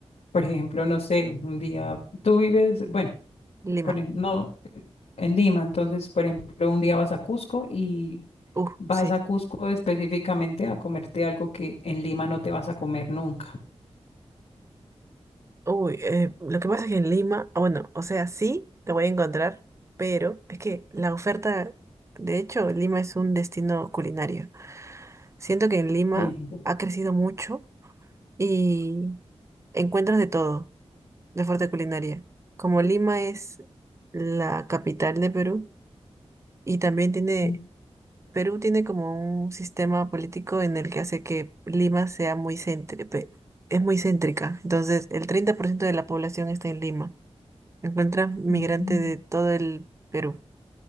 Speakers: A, on the left (about 85°); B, on the right (about 25°).
A: por ejemplo, no sé, un día tú vives, bueno,
B: Lima.
A: por no eh, en Lima, entonces, por ejemplo, un día vas a Cusco y
B: Uh,
A: vas
B: sí.
A: a Cusco específicamente a comerte algo que en Lima no te vas a comer nunca.
B: Uy, eh, lo que pasa es que en Lima, ah, bueno, o sea, sí, te voy a encontrar, pero es que la oferta, de hecho, Lima es un destino culinario. Siento que en Lima
A: Sí.
B: ha crecido mucho y encuentras de todo, de oferta culinaria. Como Lima es la capital de Perú y también tiene
A: Mm,
B: Perú tiene como un sistema político en el que hace que Lima sea muy céntrica, es muy céntrica. Entonces, el 30% de la población está en Lima. Encuentra migrantes
A: mm,
B: de todo el Perú.